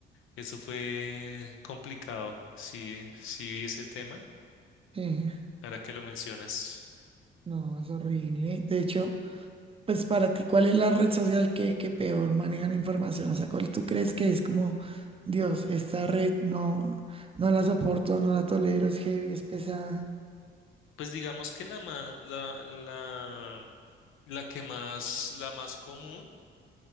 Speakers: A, on the left; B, on the right.
A: Eso fue complicado. Sí, sí, ese tema,
B: Sí,
A: ahora que lo mencionas.
B: no, es horrible. De hecho, pues para ti, ¿cuál es la red social que, que peor maneja la información? O sea, ¿cuál tú crees que es como, Dios, esta red no, no la soporto, no la tolero, es heavy, es pesada?
A: Pues digamos que la, ma- la, la, la que más, la más común,